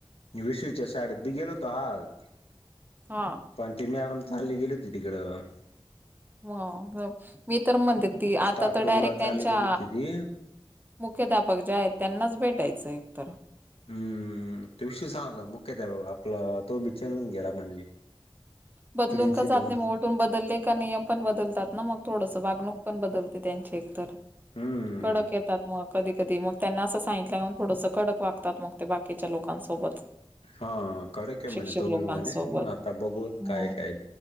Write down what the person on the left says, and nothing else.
विषूच्या साडेत बी गेलोतो हल.
पण ती मॅडम चालली गेली होती तिकडं.
स्टाफ
रूम
ला
चालली गेली होती ती
हम्म तेवशी सांगत मुक्येत आहे बा आपला तो बिचनून गेला म्हणे.
प्रिन्सिपल
हम्म
हा कडे काय म्हणे
तोबी
म्हणे आता बघवत
काय काय?